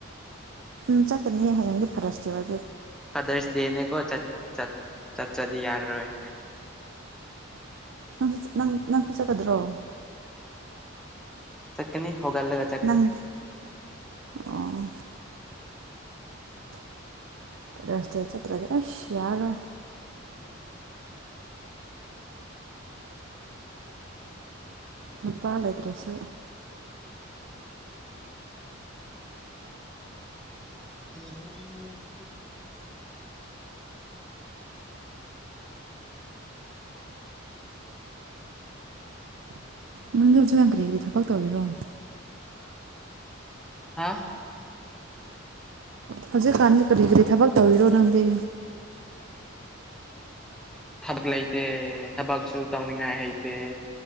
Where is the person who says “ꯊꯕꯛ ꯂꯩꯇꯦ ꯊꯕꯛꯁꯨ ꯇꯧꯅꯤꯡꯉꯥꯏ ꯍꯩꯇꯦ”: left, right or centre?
Centre